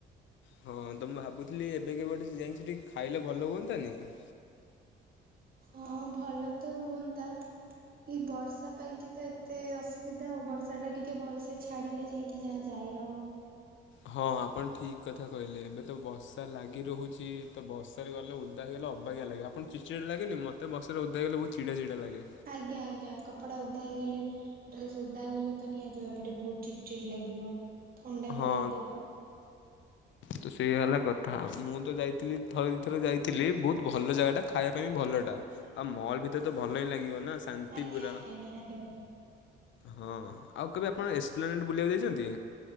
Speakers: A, on the left; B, on the right.
A: ହଁ ତ ମୁଁ ଭାବୁଥିଲି ଏବେ କେବେ ଗୋଟେ ଯାଇ ଙ୍କି ସେଠି ଖାଇଲେ ଭଲ ହୁଅନ୍ତା ନି କି?
B: ହଁ ଭଲ ତ ହୁଅନ୍ତା। ଏଇ ବର୍ଷା ପାଇଁ କି ତ ଏତ ଏତେ ଅସୁବିଧା ଆଉ ବର୍ଷା ଟା ଟିକେ ଭଲସେ ଛାଡ଼ିଲେ ଯାଇକି ଯାହା ଯାଇ ହବ।
A: ହଁ ଆପଣ ଠିକ କଥା କହିଲେ ଏବେ ତ ବର୍ଷା ଲାଗି ରହୁଚି ତ ବର୍ଷ ବର୍ଷାରେ ଗଲେ ଓଦା ହେଇଗଲେ ଅବାଗିଆ ଲାଗେ। ଆପଣଙ୍କୁ ଚିଡ଼ ଚିଡ଼ା ଲାଗେନି ମତେ ବର୍ଷାରେ ଓଦା ହୋଇଗଲେ ବହୁତ୍ ଚିଡ଼ା ଚିଡ଼ା ଲାଗେ।
B: ଆଜ୍ଞା ଆଜ୍ଞା କପଡ଼ା ଓଦା ହେଇଗଲେ ଡ୍ରେସ ଓଦା ହେଇଗଲେ ତ ନିହାତି ଭାବରେ ବହୁତ ଚିଡ ଚିଡ ଲାଗିବ ଥଣ୍ଡା
A: ହଁ
B: ବି ଧରିଦବ।
A: ତ ସେଇୟା ହେଲା କଥା। ମୁଁ ତ ଯାଇଥିଲି ଥରେ ଦୁଇଥରେ ଯାଇଥିଲି। ବହୁତ ଭଲ ଜାଗାଟା ଖାଇବା ପାଇଁ ଭଲଟା। ଆଉ ମଲ୍ ଭିତରେ ତ ଭଲ ହିଁ ଲାଗିବ ନା। ଶାନ୍ତି
B: ଆଜ୍ଞା
A: ପୁରା
B: ଆଜ୍ଞା ନିହାତି ଭାବରେ।
A: ହଁ ଆଉ କେବେ ଆପଣ ଏକ୍ସପ୍ଲଆନେଡ ବୁଲିବାକୁ ଯାଇଛନ୍ତି?